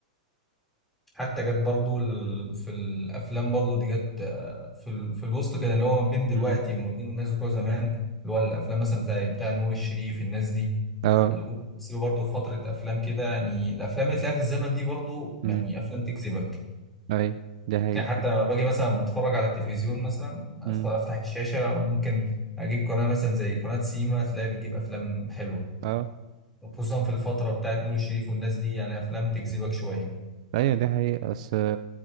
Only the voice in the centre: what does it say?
حتى جت برضو ال- في الافلام برضو دي جت آه، في ال- في الوسط كده اللي هو ما بين دلوقتي
وما بين الناس بتوع زمان اللي هو الافلام مثلا زي بتاع نور الشريف الناس دي
اللي جم بيمثلوا برضو في فتره افلام كده يعني الافلام اللي تلاقيها في الزمن دي برضو يعني
افلام تكسبك
يعني حتى لما باجي مثلا بتفرج على التلفزيون مثلا أتف-
افتح الشاشه ممكن اجيب قناه مثلا زي قناه سيما تلاقي بتجيب افلام حلوه
وخصوصا في الفتره بتاعت نور الشريف والناس دي يعني افلام تجذبك شويه